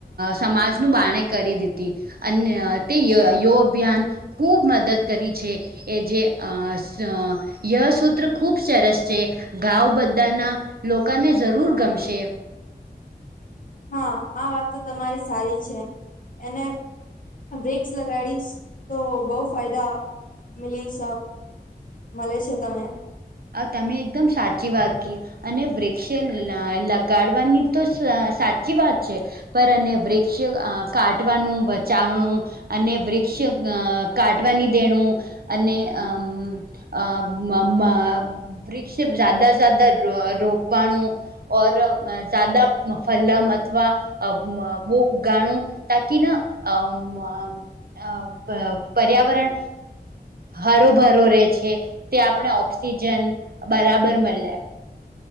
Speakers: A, on the right; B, on the left.
A: સમાજનું બાણે કરી દીધી. અને તેયો યો અભિયાન ખૂબ મદદ કરી છે. એ જે સ ય સૂત્ર ખૂબ સરસ છે ગાઉ બધાના લોકોને જરૂર ગમશે.
B: હા આ વાત તો તમારી સારી છે એને વીક્સ લગાડીશ તો બહુ ફાયદા મલીશ. મલે છે તમે
A: આ તમે એકદમ સાચી વાત કી. અને વૃક્ષે લા લગાડવાની તો સાચી વાત છે. પર અને વૃક્ષ આ કાટવાનું બચાવણું. અને વૃક્ષ અ કાટવાની દેણું અને અમ અ મ મ વૃક્ષ જાદા જાદા રો રોપવાનું. ઓર જ્યાદા ફલમ અથવા અ વો ઉગાણું તાકી ના અમ અમ અ પર્યાવરણ અ હરો ભરો રહેે છે. તે આપણે ઓક્સિજન બરાબર મેલે.